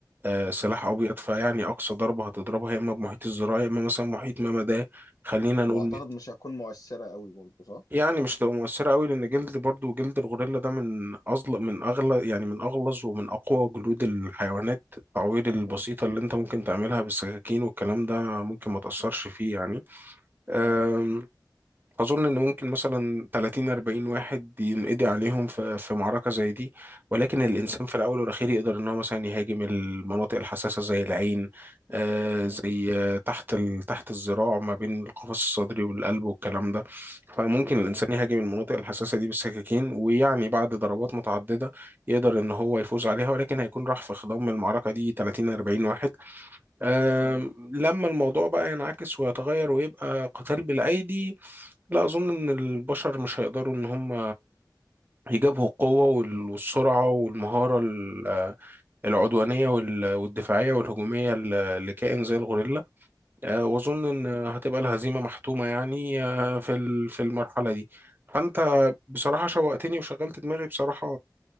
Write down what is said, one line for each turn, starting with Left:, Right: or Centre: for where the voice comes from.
Right: آه، سلاح ابيض
Left: م.
Right: فيعني اقصى ضربه هتضربها يا اما بمحيط الذراع يا اما مثلا محيط ما ده خلينا نقول
Left: وأعتقد
Right: متر
Left: مش هتكون مؤثرة قوي برضه صح؟
Right: يعني مش تبقى مؤثره قوي لان جلد برضو جلد الغوريلا ده من اغلى من اغلى يعني من اغلظ ومن اقوى جلود الحيوانات التعوير البسيطه
Left: م-
Right: اللي انت ممكن تعملها بالسكاكين والكلام ده ممكن ما تاثرش
Left: م-
Right: فيه يعني أم،
Left: م-
Right: أظن إن ممكن مثلا 30 40 واحد ينقضي عليهم في في معركة زي دي ولكن الإنسان
Left: م-
Right: في الأول والأخير يقدر إن هو مثلا يهاجم المناطق الحساسة زي العين آه،
Left: م-
Right: زي آه، تحت ال... تحت الذراع ما بين القفص الصدري والقلب والكلام ده فممكن الإنسان
Left: م-
Right: يهاجم المناطق الحساسة دي بالسكاكين ويعني بعد ضربات متعددة يقدر إن هو يفوز عليها ولكن هيكون راح في خضم المعركة دي 30 40 واحد أم،
Left: م-
Right: لما الموضوع بقى ينعكس ويتغير ويبقى قتال بالأيدي لا أظن إن البشر مش هيقدروا إن هم يجابهوا القوة وال- والسرعة والمهارة ال- آه، العدوانية وال- والدفاعية والهجومية ل- لكائن زي الغوريلا أه، وأظن إن هتبقى الهزيمة محتومة يعني أه، في ال- في المرحلة دي فأنت بصراحة شوقتني وشغلت دماغي بصراحة